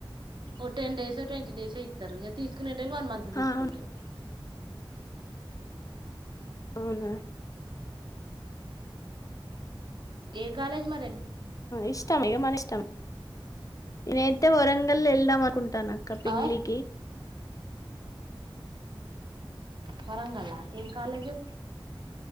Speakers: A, on the right; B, on the left.
A: ఓ టెన్ డేస్ ట్వంటీ డేస్ ఇస్తారు ఇక తీసుకునే రె వన్ మంత్ తీసుకుంటారు
B: ఆ! అవును. అవునా!
A: ఏ కాలేజ్ మరె
B: ఇష్టం ఏమన్ ఇష్టం ఈ టే వరంగల్ ఎళ్దామన్ కుంటానక్క పింగ్లికి
A: ఆ వరంగలా ఏం కాలేజు